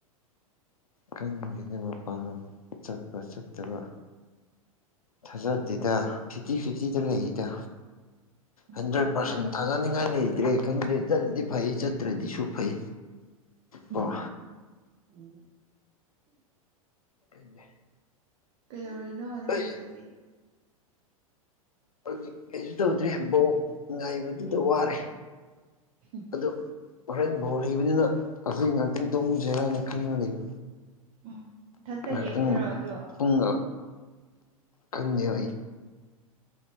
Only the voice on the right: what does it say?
ꯎꯝ
ꯅꯨꯡꯉꯥꯏꯅꯤ
ꯍꯨꯝ
ꯍꯨꯝ ꯎꯝ
ꯀꯩꯗꯧꯔꯤ ꯅꫭ ꯅꯪꯗꯤ
ꯍꯧꯖꯤꯛ
ꯍꯨꯝ
ꯎꯝ ꯏꯊꯟꯇ
ꯌꯦꯡꯗꯣꯏꯔꯣ ꯑꯗꯣ